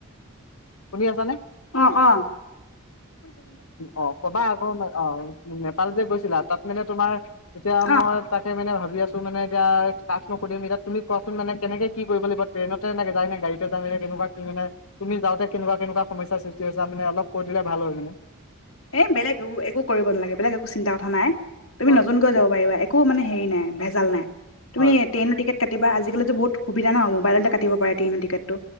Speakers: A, on the left; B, on the left.
A: শুনি আছানে?
B: অঁ অঁ।
A: অঁ কবা আকৌ অঁ নেপাল যে গৈছিলা, তাত মানে তোমাৰ তেতিয়া মই-
B: অ
A: তাকে মানে ভাবি আছোঁ মানে এতিয়া কাক নো সুধিম এতিয়া তুমি কোৱাচোন মানে কেনেকে কি কৰিব লাগিব? ট্ৰেইনতে নে যায়নে গাড়ীতে যায়নে কেনেকুৱা কি মানে তুমি যাওঁতে কেনেকুৱা কেনেকুৱা- সমস্যা সৃষ্টি হৈছে মানে অলপ কৈ দিলে ভাল হয় মানে।
B: এ বেলেগ একো একো কৰিব নালাগে বেলেগ একো চিন্তা কথা নাই, তুমি
A: হয়
B: নতুনকৈ যাব পাৰিবা। এক- কো মানে হেৰি নাই ভেজাল নাই। তুমি
A: হয়
B: ট্ৰেইন টিকেট- কাটিবা আজিকালিটো বহুত সুবিধা ন, মোবাইলতে কাটিব পাৰে ট্ৰেইনৰ টিকেটটো।